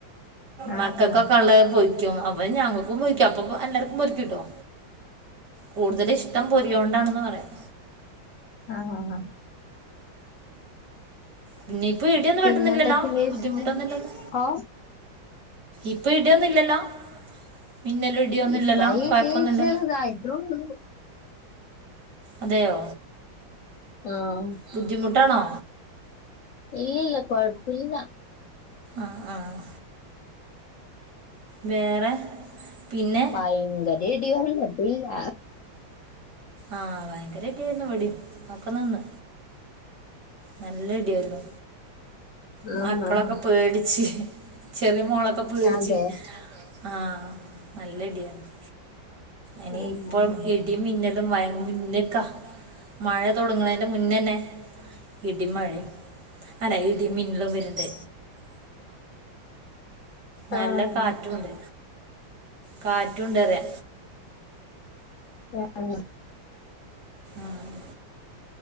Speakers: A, on the left; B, on the right.
A: ആ ആ
B: മക്കൾക്കൊക്കെ ഉള്ളത് പൊരി ക്കും അപ്പൊ ഞങ്ങക്കും പൊരിക്കും അപ്പ എല്ലാർകും പൊരികുട്ടോ കൂടുതൽ ഇഷ്ടം പൊരി. <unintelligible> പറയാം.
A: ആഹ് ആഹ് ആഹ്
B: പിന്നെ ഇപ്പ ഇടിയൊന്നും പെട്ടുന്നില്ലല്ലോ
A: പിന്നെന്തൊക്കെയുണ്ട്
B: ബുദ്ധിമുട്ടൊന്നുല്ല
A: വിശേഷം
B: ലോ?
A: ഓ
B: ഇപ്പ ഇടിയൊന്നും ഇല്ലല്ലോ? മിന്നലും ഇടിയൊന്നും
A: ഇപ്പാ
B: ഇല്ലല്ലോ
A: യി
B: കുഴപ്പമൊന്നുമില്ല
A: ടി ചെറുതായിട്ടൊളു.
B: അതെയോ?
A: ആഹ്
B: ബുദ്ധിമുട്ടാണോ?
A: ഇല്ല ഇല്ല കൊഴപ്പയില്ല.
B: ആഹ് ആഹ് വേറെ പിന്നെ.
A: ഭയങ്കര ഇടിയുണ്ട് ഇല്ല
B: ആഹ് ഭയങ്കര ഇടി ആയിരുന്നു ഇവിടിം ഒക്കെ നിന്ന്. നല്ല ഇടിയായിരുന്നു. മക്കളൊക്കെ
A: ആഹ് ആഹ്
B: പേടിച്ച്. ചെറിയ മോളൊക്കെ പേടിച്ച്
A: അതെ
B: ആഹ് നല്ലഇടി ആയിരുന്നു. ഇനി
A: ആഹ്
B: ഇപ്പം ഇടി മിന്നല്ലും മയ മുന്ന്ക്ക. മഴ തൊടങ്ങ് ണേന്റെ മുന്നന്നെ ഇടിമഴിം അല്ല. ഇടി മിന്നലും വെര് ണ്ട്. നല്ല
A: ആഹ്
B: കാറ്റുണ്ട് കാറ്റും ണ്ട്റയ.
A: ആഹ്
B: ആഹ്